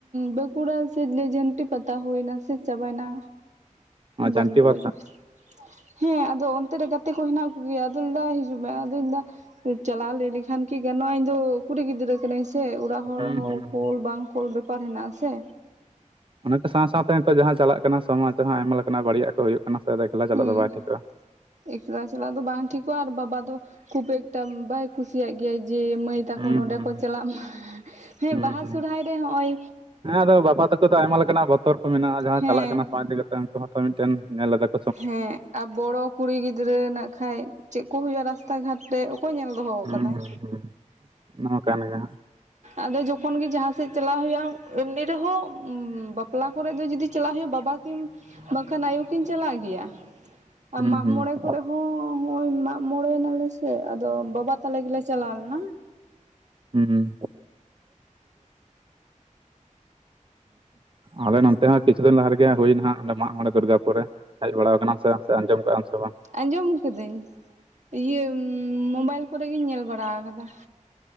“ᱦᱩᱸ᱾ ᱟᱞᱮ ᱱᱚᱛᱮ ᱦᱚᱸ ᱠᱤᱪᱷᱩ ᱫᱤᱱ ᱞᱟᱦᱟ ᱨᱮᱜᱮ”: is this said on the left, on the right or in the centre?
Right